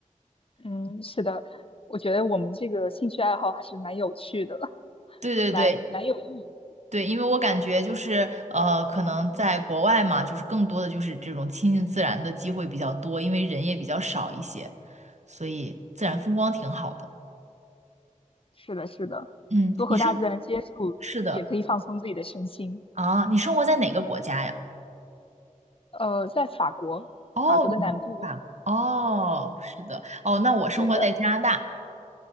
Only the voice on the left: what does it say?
嗯，是的，我觉得我们这个兴趣爱好还是蛮有趣的，<laughs>
蛮蛮有意义。
嗯
嗯，是的，是的，
多和大自然接触也可以放松自己的身心。
呃，在法国，
法国的南部，
对的，